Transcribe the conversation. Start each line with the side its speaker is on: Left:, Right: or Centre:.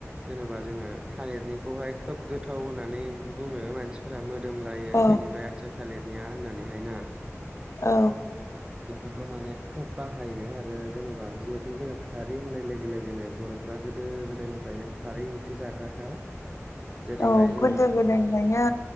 Right: जेनेबा जोङो थालिरनिखौहाय खोब गोथाव होननानै बुङो मानसिफोरा मो दोमलायो
Left: औ
Right: बेनिफ्राय आथिया थालिरनिया होननानैहायना
Left: औ
Right: बेफोरखौ माने खोब बाहायो आरो जेन'बा जिहेथु जोङो खारै होननाय लोगो लोगोनो बर' गोदो गोदायनिफ्रायनो खारै ओंख्रि जाग्राखा जेरैहाय
Left: औ
Right: जोङो
Left: गोदो गोदोनिफ्रायनो